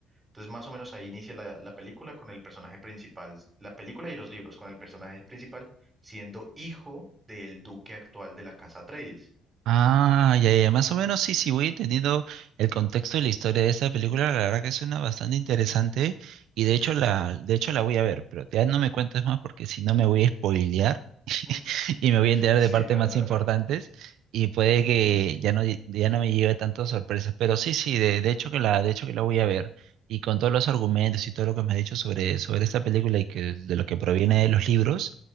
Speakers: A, on the right; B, on the right.
A: Entonces, más o menos ahí inicia la, la película con el personaje principal, la película y los libros, con el personaje principal siendo hijo del duque actual de la casa Atreides.
B: Ah, ya, ya, más o menos sí, sí, voy entendiendo el contexto y la historia de esta película, la verdad que suena bastante interesante y de hecho la, de hecho la voy a ver, pero ya no me cuentes más porque si no me voy a spoilear
A: <laughs>
B: y me voy a enterar
A: Sí,
B: de partes
A: no,
B: más
A: no,
B: importantes
A: no.
B: y puede
A: Ujú.
B: que ya no, ya no me lleve tantas sorpresas, pero sí, sí, de, de hecho que la, de hecho que la voy a ver y con todos los argumentos y todo lo que me has dicho sobre, sobre esta película y que de lo que proviene de los libros,